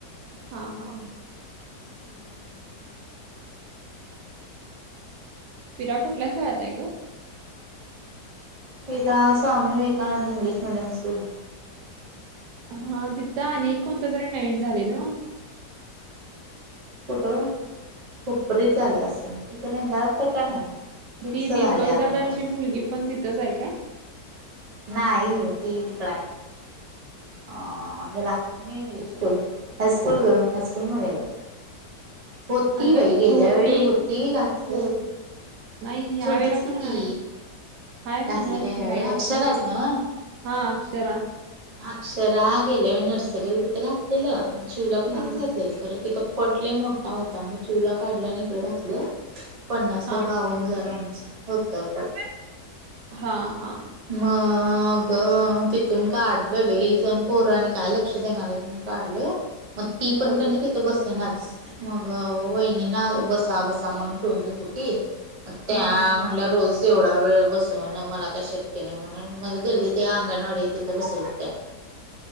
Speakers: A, on the right (about 75°); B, on the right (about 35°).
A: हा हा
B: हम्म
A: पिरा कुठल्या शाळेत आहे ग?
B: तिना Swami Vivekananda English medium school.
A: हा तिथं आणि एक कोणत तरी नवीन झाले ना.
B: कुठं हुपरीत झालं असं इतर रेदाळात तर काय नाही. फिक्स
A: ती
B: झालंय
A: दीपक
B: आता
A: दादाची
B: नवीन.
A: मुलगी पण तिथंच आहे काय?
B: नाही ती तिकडे आहे. आ ह्याला न्यू इंग्लिश स्कूल हायस्कूल ग हायस्कूलमध्ये आहे. होती
A: अगं
B: बाई गेल्या
A: छोटी
B: वेळ होती घातलं.
A: छोट नाही यावेेळेला
B: छोटीच कि
A: पण हाय
B: ती
A: हाय म्हण
B: घातली काय ह्यावेळ
A: यावेेळेला
B: अक्षराच
A: पण
B: ना
A: हा अक्षरा
B: अक्षरा गेल्या नर्सरीला तिथे घातलेलं चिऊला पण
A: हा
B: तिथेच घातलेल. खरं तिथं पट लय मोठा होता मग चिऊला काढला नि इकडं घातलं. पन्नास
A: हा
B: का बावन्न जणांचं होतं पट.
A: हा हा
B: मग तिथून काढलं लई जण पोर आणि काय लक्ष देणार काढलं मग ती
A: होय
B: पण क तिथं बसेनाच मग वहिणी ना बसा बसा म्हणून ठेवून घेत होती. त्या
A: हा हा
B: म्हणल्या रोजच ऐवढा वेळ बसवण मला का शक्य नाही म्हणून मग गल्ली ते अंगणवाडी आहे तिथं बसवत होत्या.